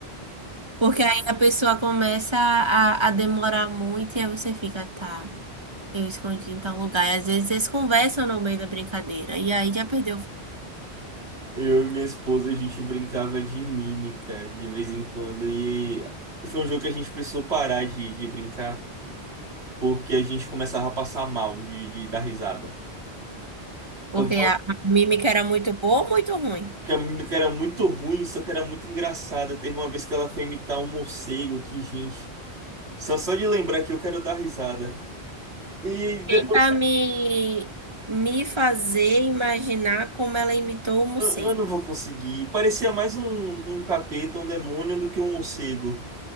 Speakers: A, on the right; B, on the right.
A: Porque aí a pessoa começa a, a demorar muito e aí você fica, tá, eu escondi em tal lugar. E às vezes eles conversam no meio da brincadeira. E aí já perdeu.
B: Eu e minha esposa, a gente brincava de mímica de vez em quando. E foi um jogo que a gente precisou parar de, de brincar, porque a gente começava a passar mal de, de dar risada. Quando
A: Porque a, a mímica era muito boa ou muito ruim?
B: Que a- que era muito ruim, só que era muito engraçada. Teve uma vez que ela foi imitar um morcego, que gente. Só só de lembrar que eu quero dar risada. E depois
A: Tenta me, me fazer imaginar como ela imitou o morcego.
B: eu, eu não vou conseguir. Parecia mais um, um capeta, um demônio, do que um morcego.